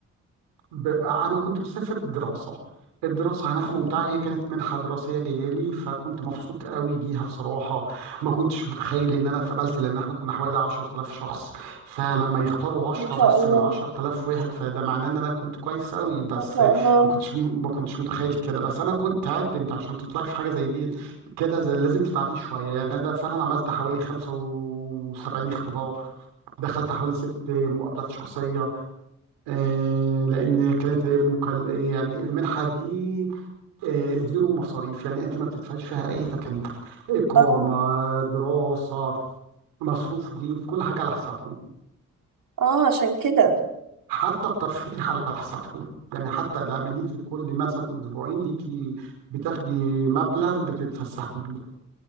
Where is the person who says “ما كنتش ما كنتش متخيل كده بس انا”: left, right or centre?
Right